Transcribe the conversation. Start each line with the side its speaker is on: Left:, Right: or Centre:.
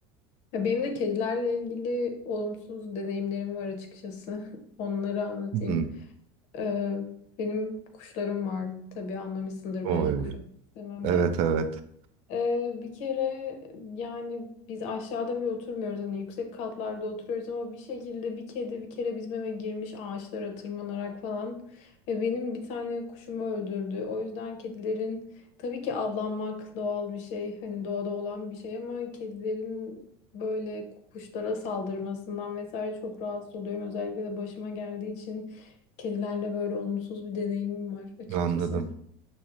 Left: Ya benim de kedilerle ilgili olumsuz deneyimlerim var açıkçası. <laughs> Onları anlatayım.
Right: Hmm.
Left: Ee, benim kuşlarım var. Tabii anlamışsındır
Right: Oy.
Left: belki kuş istememden.
Right: Evet evet
Left: Ee, bir kere yani biz aşağıda bile oturmuyoruz hani yüksek katlarda oturuyoruz ama bir şekilde bir kedi bir kere bizim eve girmiş ağaçlara tırmanarak falan ve benim bir tane kuşumu öldürdü. O yüzden kedilerin tabii ki avlanmak doğal bir şey hani doğada olan bir şey ama kedilerin böyle kuşlara saldırmasından vesaire çok rahatsız oluyorum. Özellikle de başıma geldiği için kedilerle böyle olumsuz bir deneyimim var açıkçası.
Right: anladım.